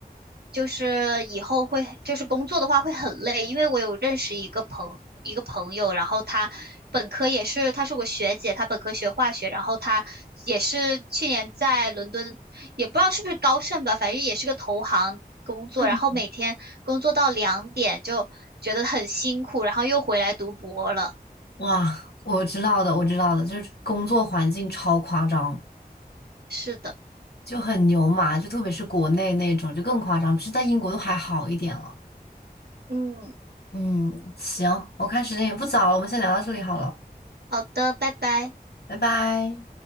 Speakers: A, on the right; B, on the left.
A: 就是以后会，就是工作的话会很累，因为我有认识一个朋一个朋友，然后他本科也是，她是我学姐，她本科学化学，然后她也是去年在伦敦，也不知道是不是高盛吧，反正也是个投行工作，
B: 嗯，
A: 然后每天工作到两点就觉得很辛苦，然后又回来读博了。
B: 哇，我知道的，我知道的，就是工作环境超夸张，
A: 是的，
B: 就很牛马，就特别是国内那种，就更夸张。只是在英国都还好一点了。
A: 嗯。
B: 嗯，行，我看时间也不早了，我们先聊到这里好了，
A: 好的，拜拜。
B: 拜拜。